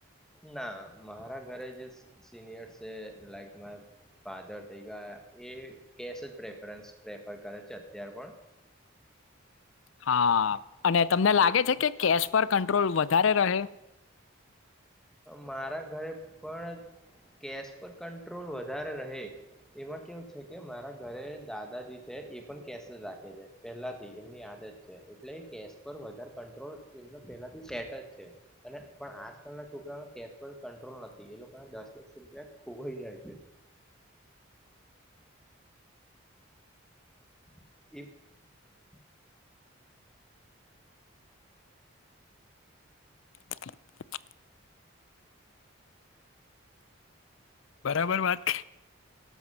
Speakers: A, in the centre; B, on the left (about 70°).
A: ના મારા ઘરે જે સિનિયર્સ છે લાઈક મા ફાધર થઈ ગયા એ કેસ જ પ્રેફરસ પ્રેફર કરે છે અત્યાર પણ
B: હા અને તમને લાગે છે કે કેશ પર કંટ્રોલ વધારે રહે.
A: મારા ઘરે. પણ કેશ પર કંટ્રોલ વધારે રહે એમાં કેવું છે કે મારા ઘરે દાદાજી છે એ પણ કેશ જ રાખે છે પહેલાથી એમની આદત છે એટલે કેશ પર વધારે કંટ્રોલ એમના પહેલાથી સેટ જ છે અને પણ આજકાલના છોકરા કેશ પર કંટ્રોલ નથી એ લોકોના દસ વીસ રૂપિયા ખોવાઈ જાય છે. <inaudible>
B: <inaudible> બરાબર વાત.